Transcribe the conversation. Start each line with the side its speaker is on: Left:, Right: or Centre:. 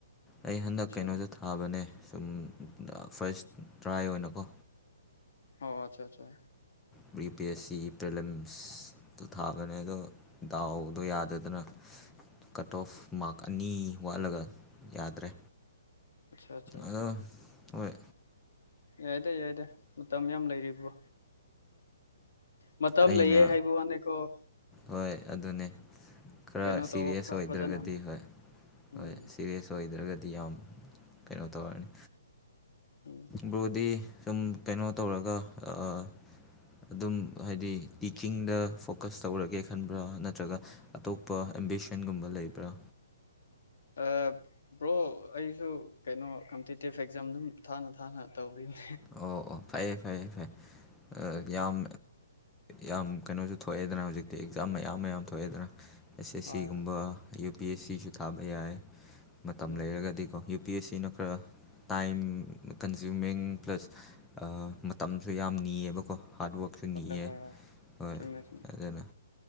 Centre: ꯑꯩ ꯍꯟꯗꯛ
Left: ꯑꯠꯆꯥ
Centre: ꯀꯩꯅꯣꯁꯨ ꯊꯥꯕꯅꯦ ꯁꯨꯝ ꯐꯥꯔꯁ ꯇ꯭ꯔꯥꯏ ꯑꯣꯏꯅꯀꯣ
Left: ꯑꯣ ꯑꯠꯁꯥ ꯑꯠꯁꯥ
Centre: ꯕꯔꯤ ꯄꯤ ꯑꯦꯁ ꯁꯤ ꯄ꯭ꯔꯦꯂꯝꯝꯁꯇꯣ ꯊꯥꯕꯅꯦ ꯑꯗꯣ ꯗꯥꯎꯗꯣ ꯌꯥꯗꯗꯅ ꯀꯠ ꯑꯣꯐ ꯃꯥꯔꯛ ꯑꯅꯤ ꯋꯥꯠꯂꯒ ꯌꯥꯗ꯭ꯔꯦ
Left: ꯑ ꯑꯁꯥ
Centre: ꯑꯗꯣ ꯍꯣꯏ
Left: ꯌꯥꯏꯗ ꯌꯥꯏꯗ ꯃꯇꯝ ꯌꯥꯝ ꯂꯩꯔꯤꯕꯣ ꯃꯇꯝ
Centre: ꯑꯩꯅ
Left: ꯂꯩꯌꯦ ꯍꯥꯏꯕ ꯑꯇꯅꯦ ꯂꯡꯡꯌꯩꯇꯧ
Centre: ꯍꯣꯏ ꯑꯗꯨꯅꯦ ꯈꯔ
Left: ꯀꯩꯅꯣ
Centre: ꯁꯤꯔꯤꯌꯁ
Left: ꯇꯧꯋꯣ ꯈꯔ
Centre: ꯑꯣꯏꯗ꯭ꯔꯒꯗꯤ
Left: ꯐꯖꯅ
Centre: ꯍꯣꯏ
Left: ꯎꯝ
Centre: ꯍꯣꯏ ꯁꯤꯔꯤꯌꯁ ꯑꯣꯏꯗ꯭ꯔꯒꯗꯤ ꯌꯥꯝ ꯀꯩꯅꯣ ꯇꯧꯔꯛꯅꯤ
Left: ꯎꯝ
Centre: ꯕꯔꫭꯗꯤ ꯁꯨꯝ ꯀꯩꯅꯣ ꯇꯧꯔꯒꯩ ꯑꯥ ꯑꯗꯨꯝ ꯍꯥꯏꯗꯤ ꯇꯤꯀꯤꯡꯗ ꯐꯣꯀꯁ ꯇꯧꯔꯒꯦ ꯈꯟꯕ꯭ꯔꯥ ꯅꯠꯇ꯭ꯔꯒ ꯑꯇꯣꯞꯄ ꯑꯦꯝꯕꯤꯁꯟꯒꯨꯝꯕ ꯂꯩꯕ꯭ꯔꯥ
Left: ꯑꯥ‌ ꯕ꯭ꯔꯣ ꯑꯩꯁꯨ ꯀꯩꯅꯣ ꯀꯝꯄꯤꯇꯤꯇꯤꯞ ꯑꯦꯛꯖꯥꯝ ꯑꯗꯨꯝ ꯊꯥꯅ ꯊꯥꯅ ꯇꯧꯒꯤꯅꯤ
Centre: ꯑꯣ ꯑꯣ ꯐꯩꯌꯦ ꯐꯩꯌꯦ‌ ꯐꯩ
Left: ꯎꯝ
Centre: ꯌ‌ꯦ ꯌꯥꯝ ꯌꯥꯝ ꯀꯩꯅꯣꯁꯨ ꯊꯣꯛꯑꯦꯗꯅ ꯍꯧꯖꯤꯛꯇꯤ ꯑꯦꯛꯖꯥꯝ ꯃꯌꯥꯝ ꯃꯌꯥꯝ ꯊꯣꯛꯑꯦꯗꯅ ꯑꯦꯁ ꯁꯤ
Left: ꯍꯣꯏ
Centre: ꯁꯤꯒꯨꯝꯕ
Left: ꯍꯣꯏ
Centre: ꯌꯨ ꯄꯤ ꯑꯦꯁ ꯁꯤꯁꯨ ꯊꯥꯕ ꯌꯥꯏ ꯃꯇꯝ
Left: ꯎꯝ
Centre: ꯂꯩꯔꯒꯗꯤꯀꯣ ꯌꯨ ꯄꯤ ꯑꯦꯁ ꯁꯤꯅ ꯈꯔ ꯇꯥꯏꯝ ꯀꯟꯖꯨꯃꯤꯡ ꯄ꯭ꯂꯁ ꯃꯇꯝꯁꯨ ꯌꯥꯝ ꯅꯤꯌꯦꯕꯀꯣ ꯍꯥꯔꯠꯋꯥꯛꯁꯨ ꯅꯤꯌꯦ
Left: ꯍꯣꯏ ꯍꯣꯏ ꯍꯣꯏ
Centre: ꯍꯣꯏ
Left: ꯆꯨꯝꯃꯦ ꯆꯨꯝꯃꯦ
Centre: ꯑꯗꯨꯅ